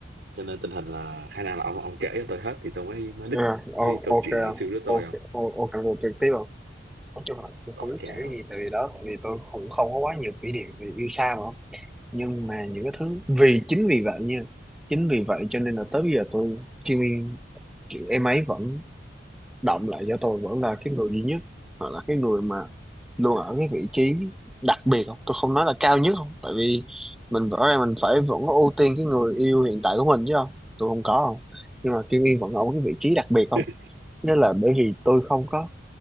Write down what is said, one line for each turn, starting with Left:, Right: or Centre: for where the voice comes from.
Right: cho nên tình hình là khả năng là ông ông kể cho tôi hết thì tôi mới mới
Centre: À,
Right: đích
Centre: o-
Right: cái câu
Centre: ok
Right: chuyện
Centre: không?
Right: ngày xưa của tôi
Centre: ok
Right: không
Centre: o- ok được trực tiếp không nói chung là không,
Right: ok
Centre: không biết kể cái
Right: không
Centre: gì tại vì đó tại vì tôi cũng không có quá nhiều kỷ niệm về yêu xa mà không nhưng mà những cái thứ vì chính vì vậy nha chính vì vậy cho nên là tới bây giờ tôi chuyên em ấy vẫn động lại cho tôi vẫn là cái người duy nhất hoặc là cái người mà luôn ở cái vị trí đặc biệt không tôi không nói là cao nhất không tại vì mình rõ ràng mình phải vẫn ưu tiên cái người yêu hiện tại của mình chứ không tôi không có không nhưng mà Kim Yên vẫn ở cái vị trí đặc biệt không
Right: <laughs>
Centre: nghĩa là bởi vì tôi không có